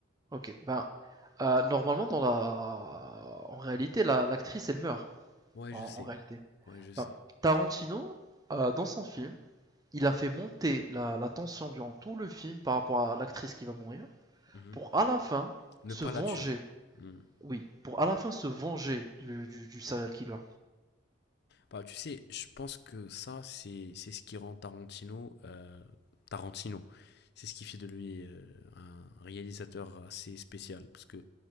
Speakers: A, on the right; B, on the left.
A: Ok, ben, euh, normalement, dans la... en réalité, la- l'actrice, elle meurt,
B: Ouais,
A: en
B: je sais.
A: en réalité.
B: Ouais, je sais.
A: Enfin, Tarantino, euh, dans son film, il a fait monter la, la tension durant tout le film par rapport à l'actrice qui va mourir,
B: Mhm.
A: pour à la fin
B: Ne
A: se
B: pas
A: venger,
B: la tuer. Hmm.
A: oui, pour à la fin se venger du, du, du serial killer.
B: Bah, tu sais, je pense que ça, c'est c'est ce qui rend Tarantino euh, Tarantino. C'est ce qui fait de lui euh, un réalisateur assez spécial. Parce que